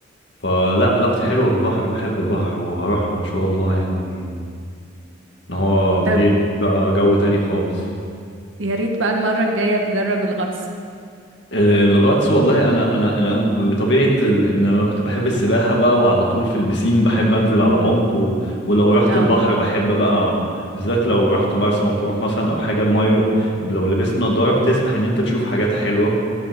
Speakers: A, on the left; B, on the right.
A: فلا علاقتي حلوة بالبحر بحب البحر وهروح له إن شاء الله يعني إن هو بيدي
B: طب
A: بقى جو تاني خالص
B: يا ريت بقى المرة الجاية تجرب الغطس
A: الغطس والله انا انا انا بطبيعه ال... ان انا كنت بحب السباحه بقى وعلى طول في البسين بحب انزل على عمق و... ولو رحت
B: اه
A: البحر بحب بقى بالذات لو رحت مرسى مطروح مثلا او حاجه الميه لو لبست نضاره بتسمح ان انت تشوف حاجات حلوه